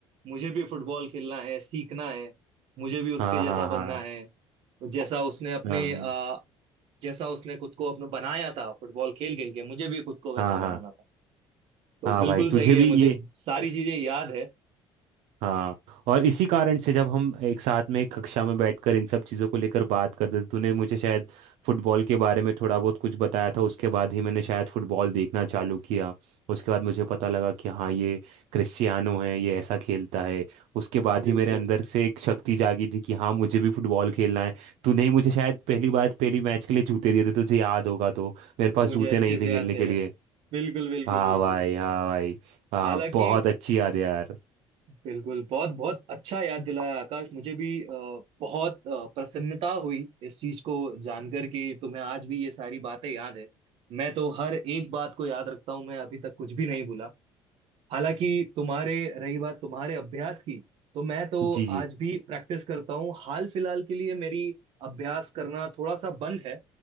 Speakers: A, on the right; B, on the right.
A: मुझे भी फुटबॉल खेलना है सीखना है मुझे भी उसके
B: हाँ
A: जैसा
B: हाँ हाँ
A: बनना है तो जैसा उसने अपने
B: हाँ
A: अ, जैसा उसने खुद को अपने बनाया था फुटबॉल खेल खेल के मुझे भी खुद को वैसा
B: हाँ
A: बनाना
B: हाँ
A: था तो
B: हाँ
A: बिल्कुल
B: भाई तुझे
A: सही है
B: भी
A: मुझे
B: ये
A: सारी चीजें याद है
B: हाँ और इसी कारण से जब हम एक साथ में एक कक्षा में बैठकर इन सब चीज़ों को लेकर बात करते थे तूने मुझे शायद फुटबॉल के बारे में थोड़ा बहुत कुछ बताया था उसके बाद ही मैंने शायद फुटबॉल देखना चालू किया उसके बाद मुझे पता लगा कि हाँ ये क्रिस्टियानो है ये ऐसा खेलता है उसके बाद
A: बिल्कुल
B: ही मेरे अंदर से एक शक्ति जागी थी कि हाँ मुझे भी फुटबॉल खेलना है तूने ही मुझे शायद पहली बार पहली मैच के लिए जूते दिए थे तुझे याद होगा तो मेरे पास
A: मुझे
B: जूते
A: अच्छे
B: नहीं
A: से
B: थे खेलने
A: याद है
B: के लिए
A: बिल्कुल बिल्कुल
B: हाँ
A: बिल्कुल
B: भाई हाँ भाई हाँ
A: हालांकि
B: बहुत अच्छी याद है यार
A: बिल्कुल बहुत बहुत अच्छा याद दिलाया आकाश मुझे भी अ, बहुत अ, प्रसन्नता हुई इस चीज को जानकर कि तुम्हें आज भी ये सारी बातें याद है मैं तो हर एक बात को याद रखता हूं मैं अभी तक कुछ भी नहीं भूला हालांकि तुम्हारे रही बात तुम्हारे अभ्यास की तो मैं तो
B: जी जी
A: आज भी प्रैक्टिस करता हूँ हाल फिलहाल के लिए मेरी अभ्यास करना थोड़ा सा बंद है